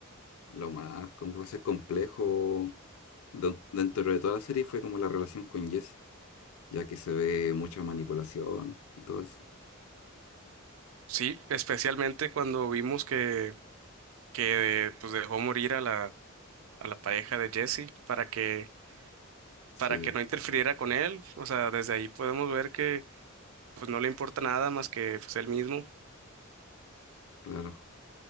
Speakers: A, on the left (about 80°); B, on the right (about 70°).
A: lo más como puede ser complejo don- dentro de toda la serie fue como la relación con Jesse, ya que se ve mucha manipulación y todo eso.
B: Sí, especialmente cuando vimos que, que eh, pues dejó morir a la, a la pareja de Jesse para que,
A: Sí,
B: para que no interfiriera con él. O sea, desde ahí podemos ver que pues no le importa nada más que pues, él mismo.
A: claro.